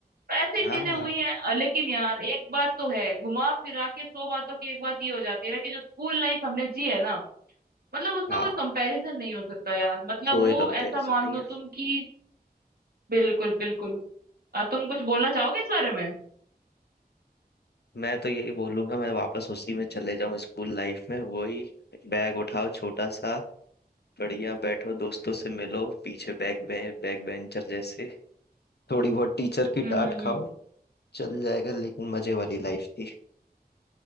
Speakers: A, on the right; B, on the left.
A: तो ऐसी
B: हाँ
A: चीजें हुई हैं अ, लेकिन यार एक बात तो है घुमा फिरा के सौ बातों की एक बात ये हो जाती है ना कि जो स्कूल लाइफ हमने जी है ना मतलब उसका
B: हाँ
A: कोई कंपैरिजन नहीं हो सकता यार मतलब
B: कोई
A: वो
B: कंपैरिजन
A: ऐसा मान
B: नहीं
A: लो
B: है
A: तुम कि बिल्कुल बिल्कुल अ, तुम कुछ बोलना चाहोगे इस बारे में
B: मैं तो यही बोलूंगा मैं वापस उसी में चले जाऊं स्कूल लाइफ में वही बैग उठाओ छोटा सा बढ़िया बैठो दोस्तों से मिलो पीछे बैक बे, बैक बेंचर जैसे थोड़ी बहुत टीचर की
A: हम्म
B: डांट
A: हम्म
B: खाओ
A: हम्म
B: चल जाएगा लेकिन मजे वाली लाइफ थी